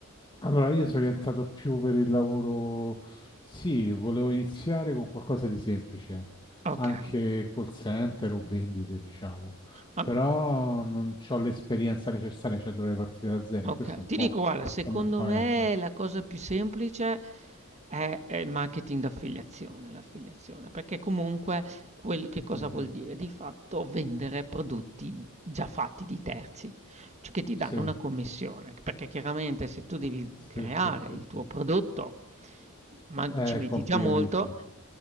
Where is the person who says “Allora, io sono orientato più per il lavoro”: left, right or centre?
Left